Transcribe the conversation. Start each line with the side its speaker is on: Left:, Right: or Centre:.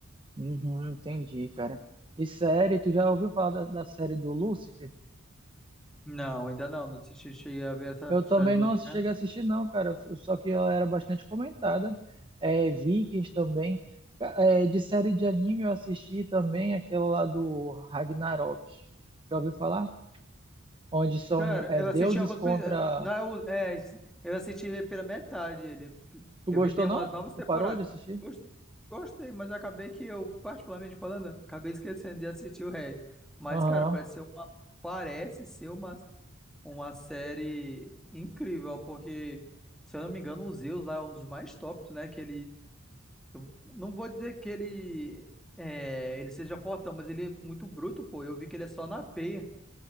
Right: Uhum, entendi, cara. E série, tu já ouviu falar da, da série do Lúcifer?
Centre: Não, ainda não. Não assisti, cheguei a ver essa
Right: Eu também
Centre: série do
Right: não
Centre: Luciano.
Right: cheguei a assistir, não, cara. Só que ela era bastante comentada. É, Vikings também. Ca- é, de série de anime eu assisti também aquela lá do Ragnarok. Já ouviu falar? Onde são
Centre: Cara,
Right: é,
Centre: eu
Right: deuses
Centre: assisti alguns.
Right: contra.
Centre: pe- Não, é o- é, eu assisti pela metade ele.
Right: Tu
Centre: Eu
Right: gostou,
Centre: vi que tem umas
Right: não?
Centre: novas temporadas.
Right: Tu parou de assistir?
Centre: Gost- Gostei, mas acabei que eu, particularmente falando, acabei esquecendo de assistir o resto. Mas,
Right: Aham.
Centre: cara, parece ser uma, parece ser uma, uma série incrível, porque, se eu não me engano, o Zeus lá é um dos mais tops, né? Que ele Eu não vou dizer que ele é, ele seja fortão, mas ele é muito bruto, pô. Eu vi que ele é só na peia.